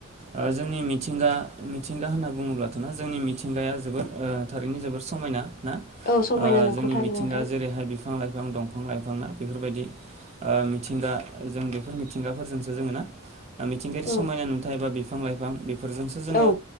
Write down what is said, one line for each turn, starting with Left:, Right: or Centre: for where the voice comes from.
Right: ओ जोंनि मिथिंगा मिथिंगा होनना बुङोब्लाथ'ना जोंनि मिथिंगाया जोबोर थारैनो जोबोर समायना। ना
Left: औ समायना नोंगौ
Right: जोंनि
Left: थारैनो
Right: मिथिंगा
Left: नोंथां
Right: जेरैहाय बिफां लाइफां दंफां लाइफां ना बेफोरबायदि मिथिंगा जों बेफोर मिथिंगाफोरजोंसो जोङो ना मिथिंगायारि समायना
Left: उम
Right: नुथाय एबा बिफां लाइफां बेफोरजोंसो जोङो
Left: औ